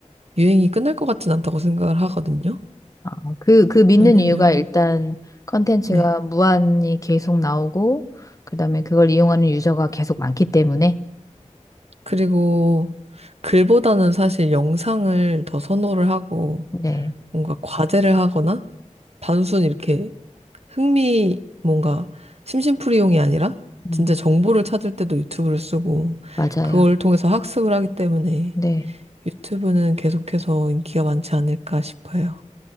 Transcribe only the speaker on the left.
아, 그, 그 믿는
이유가 일단 컨텐츠가
무한히 계속 나오고, 그 다음에 그걸 이용하는 유저가 계속 많기 때문에,
네.
음,
맞아요.
네.